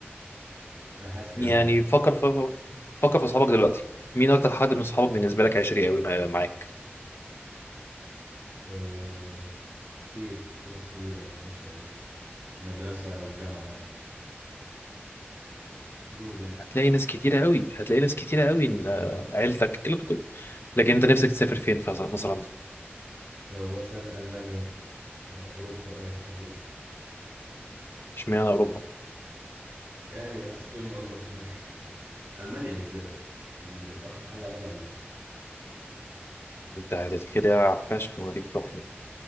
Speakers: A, on the right; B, on the left.
A: انا حاسس كده
B: يعني
A: فعلا
B: فكر في فكر في اصحابك دلوقتي مين اكتر حد من اصحابك بالنسبة لك عشري قوي معاك
A: أه كتير في ناس كتير عشرة مدرسه والجامعه دول يعني
B: هتلاقي ناس كتيرة قوي هتلاقي ناس كتيرة قوي إن-
A: بالظبط
B: عيلتك الكلام ده كله لكن انت نفسك تسافر فين فز- مثلا
A: لو مثلا المانيا آه، اوروبا اي حته في اوروبا
B: اشمعنى اوروبا
A: يعني بحس الدنيا انضف هنا <laughs> المانيا بالذات ال- الاكتر حاجه عايزها المانيا
B: انت هتتخدع فشخ لما تيجي تروح هناك